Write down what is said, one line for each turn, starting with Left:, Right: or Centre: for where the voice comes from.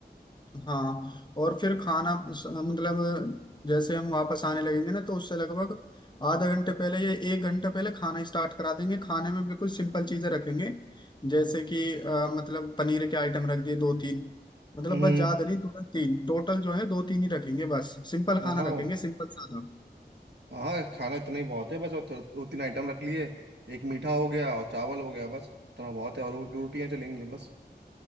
Left: हाँ और फिर खाना स- मतलब जैसे हम वापस आने लगेंगे ना तो उससे लगभग आधा घंटे पहले या एक घंटा पहले खाना स्टार्ट करा देंगे खाने में बिल्कुल सिंपल चीजें रखेंगे जैसे कि अ, मतलब पनीर के आइटम रख दिए दो तीन मतलब
Right: हम्म
Left: बस ज्यादा नहीं दो तीन टोटल जो है दो तीन ही रखेंगे बस सिंपल
Right: हाँ
Left: खाना
Right: हाँ
Left: रखेंगे सिंपल सादा
Right: हाँ खाना इतना ही बहुत है बस और थो- दो तीन आइटम रख लिए एक मीठा हो गया और चावल हो गया बस इतना बहुत है और वो दो रोटियां चलेंगी बस